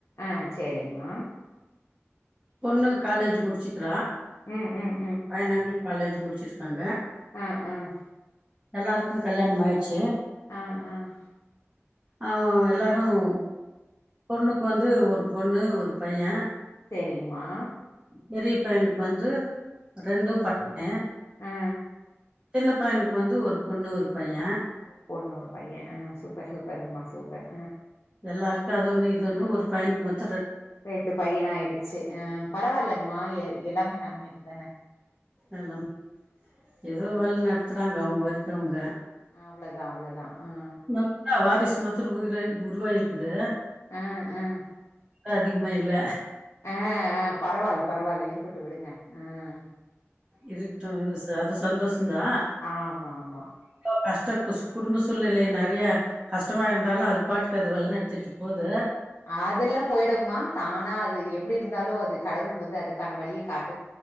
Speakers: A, on the left; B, on the right.
A: ஆஹ், சேரிங்மா.
B: பொண்ணு, காலேஜ் முடிச்சுக்கிறா.
A: ம் ம்
B: ஆ, நா காலேஜ் முடிச்சு. வச்சிருக்காங்க.
A: ஆஹ் ஆஹ்.
B: எல்லாருக்கும் கல்யாணம் ஆயிடுச்சு.
A: ஆஹ் ஆஹ்
B: ஆஹ எல்லாரும். பொண்ணுக்கு வந்து ஒரு பொண்ணு ஒரு பையன்
A: செரிங்கமா
B: பெரிய பையனுக்கு வந்து ரெண்டும் பையன்
A: ஆ
B: சின்ன பையனுக்கு வந்து ஒரு பொண்ணு ஒரு பைய
A: ஒரு பொண்ணு ஒரு பையன் ஆஹ் சூப்பர் சூப்பர் மா சூப்பர்
B: எல்லாருக்கும் அது ஒண்ணு இது ஒண்ணு ஒரு பையனுக்கு மட்டும்
A: ரெண்டு பையன் ஆயிடுச்சு அஹ் பரவாயில்லைங்கம்மா எல்லாமே நன்மைக்கு இதானே
B: எல்லாம் ஏதோ வருது சுத்துறாங்க அவங்க வரைக்கும் அவங்க
A: அவ்ளதான் அவ்ளதான் ம்
B: நல்லா வாரிசு மாத்திரம் உயிரா உருவாகிக்குது
A: ஆஹ் ஆஹ்
B: அதிகமா இல்ல
A: அஹ் ஆஹ் பரவாயில்ல பரவாயில்ல இருக்கட்டும் விடுங்க ஆஹ்
B: இருக்கட்டும் இ அது சந்தோஷம்தாஇப்ப
A: ஆமா ஆமா
B: கஷ்ட கு குடும்ப சூழ்நிலை நெறைய கஷ்டமா இருந்தாலும் அது பாட்டுக்கு அது வழி நடத்துட்டு போது
A: அததுெல்லாம் போயிடுமா தானா அது எப்படி இருந்தாலும் அது கடவுள் வந்து அதுக்கான வழிய காட்டு